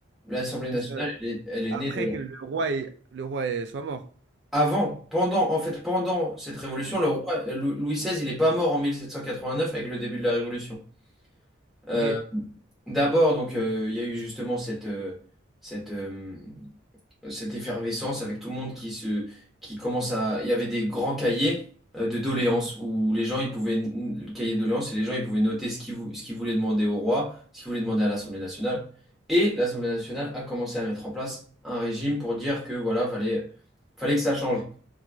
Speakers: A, in the centre; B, on the right.
A: L'Assemblée
B: ok,
A: nationale,
B: ça-
A: elle est, elle est
B: après
A: née de là.
B: que le roi, ait- le roi ait- soit mort.
A: Avant, pendant, en fait, pendant cette révolution,
B: C'est
A: le
B: ça.
A: roi euh, Lou- Louis XVI, il n'est pas mort en 1789 avec le début de la révolution. Euh,
B: Ok.
A: d'abord, donc, euh, il y a eu justement cette, euh, cette, euh, cette effervescence avec tout le monde qui se, qui commence à. Il y avait des grands cahiers euh, de doléances où les gens, ils pouvaient le cahier de doléances et les gens, ils pouvaient noter ce qu'ils vou- ce qu'ils voulaient demander au roi, ce qu'ils voulaient demander à l'Assemblée nationale. Et l'Assemblée nationale a commencé à mettre en place un régime pour dire que voilà, fallait, fallait que ça change.